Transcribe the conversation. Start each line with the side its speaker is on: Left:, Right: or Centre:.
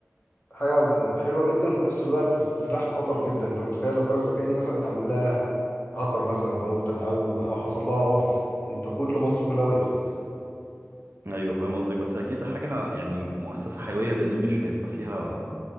Left: حاجه حلوه جدا في نفس الوقت السلاح خطر جدا انت متخيل لو القريه الذكيه دي مثلا اتعمل لها هاكر مثلا او تع- او او حصل لها عطل انت كل مصر كلها وقفت
Right: ايوه فاهم قصدك بس اكيد حاجه يعني مؤسسه حيويه زي دي مش هيبقى فيها